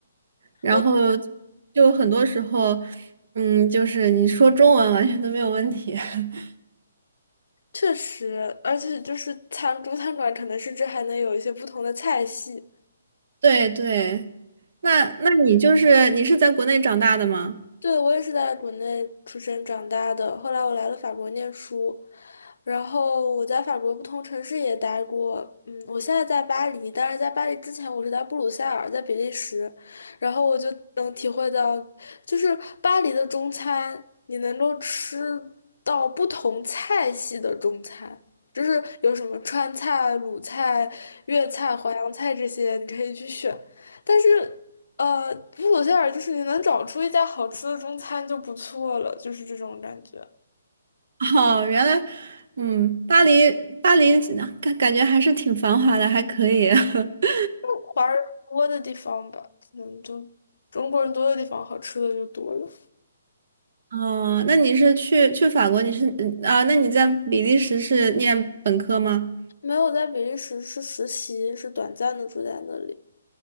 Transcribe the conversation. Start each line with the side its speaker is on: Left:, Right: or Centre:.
Right: 然后
Left: 我。
Right: 就很多时候，嗯，就是你说中文完全都没有问题。<laughs>
Left: 确实，而且就是餐中餐馆可能甚至还能有一些不同的菜系，
Right: 对对，那那你就是你是在国内长大的吗？
Left: 对，我也是在国内出生长大的，后来我来了法国念书，然后我在法国不同城市也待过，嗯，我现在在巴黎，但是在巴黎之前我是在布鲁塞尔，在比利时，然后我就能体会到，就是巴黎的中餐，你能够吃到不同菜系的中餐。就是有什么川菜、鲁菜、粤菜、淮扬菜这些，你可以去选。但是呃，布鲁塞尔就是你能找出一家好吃的中餐就不错了，就是这种感觉。
Right: <laughs> 哦，原来，嗯，巴黎巴黎感感觉还是挺繁华的，还可以。<laughs>
Left: 华人多的地方吧，可能就中国人多的地方，好吃的就多了。
Right: 哦，那你是去去法国？你是嗯啊？那你在比利时是念本科吗？
Left: 没有在比利时是实习，是短暂的住在那里。